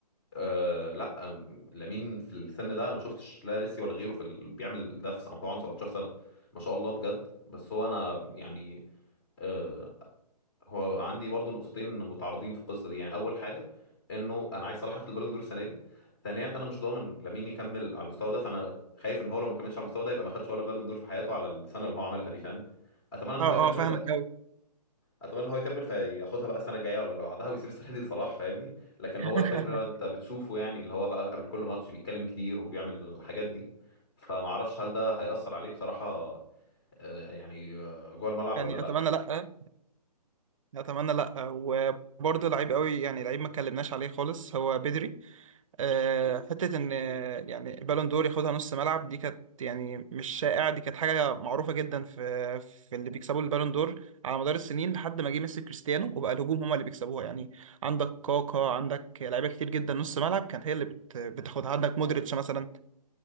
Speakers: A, on the left; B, on the right.
A: آه، لا آم، لامين في السن ده أنا ما شفتش لا ميسي ولا غيره في ال... بيعمل ده في هو عنده 17 سنة ما شاء الله بجد بس هو أنا يعني آه، هو عندي برضو نقطتين متعارضين في القصه دي يعني اول حاجه انه انا عايز صلاح ياخد البالون دور السنه دي ثانيا انا مش ضامن لامين يكمل على المستوى ده فانا خايف ان هو لو ما كملش على المستوى ده يبقى ما خدش ولا بالون دور في حياته على السنه اللي هو عملها دي فاهم اتمنى ان
B: اه
A: هو يكمل
B: اه فاهمك
A: لا.
B: قوي
A: اتمنى ان هو يكمل فياخدها بقى السنه الجايه ولا اللي بعدها ويسيب السنه دي لصلاح فاهمني لكن
B: <laughs>
A: هو الفكره انت بتشوفه يعني اللي هو بقى قبل كل ماتش بيتكلم كتير وبيعمل الحاجات دي فما اعرفش هل ده هيأثر عليه بصراحه آه، يعني آه، جوه الملعب
B: يعني
A: ولا لا
B: اتمنى لا اتمنى لا وبرضه لعيب قوي يعني لعيب ما اتكلمناش عليه خالص هو بدري أه حته ان آه، يعني بالون دور ياخدها نص ملعب دي كانت يعني مش شائعه دي كانت حاجه معروفه جدا في في اللي بيكسبوا البالون دور على مدار السنين لحد ما جه ميسي كريستيانو وبقى الهجوم هما اللي بيكسبوها يعني عندك كاكا عندك لعيبه كتير جدا نص ملعب كانت هي اللي بت... بتاخدها عندك مودريتش مثلا